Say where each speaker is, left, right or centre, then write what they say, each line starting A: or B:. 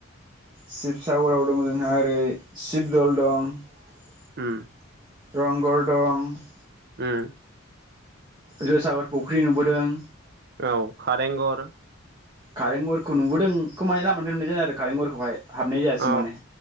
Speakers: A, on the right; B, on the right.
A: शिबसागराव दं जोंहा ओरै शिबदल दं ।
B: ओम ।
A: रंघर दं ।
B: ओम‌
A: जो सागार फुख्रि नुबोदों ।
B: औ कारेंघर
A: खारेंघरखौ नुबोदों बेखौ माने लामानिखौ नुनाय जादों आरो कारेंघरखौहाय । हाबनाय जायासै
B: औ
A: माने